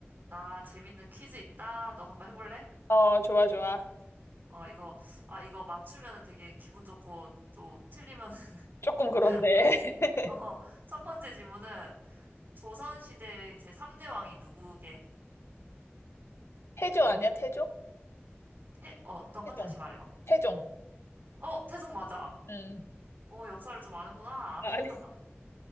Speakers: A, on the right (about 50°); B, on the left (about 70°).
A: 나 재밌는 퀴즈 있다. 너 한번 해볼래?
B: 어, 좋아, 좋아.
A: 어, 이거, 아, 이거 맞추면은 되게 기분 좋고 또 틀리면
B: 조금 그런데.
A: <laughs> 그럴 수 있는데.
B: <laughs>
A: 어, 첫 번째 질문은 조선시대의 제3대 왕이 누구게?
B: 태조 아니야? 태조?
A: 태, 어, 어떤가?
B: 태종.
A: 다시 말해봐.
B: 태종.
A: 어, 태종 맞아.
B: 음.
A: 어, 역사를 좀 아는구나.
B: 아니,
A: <laughs>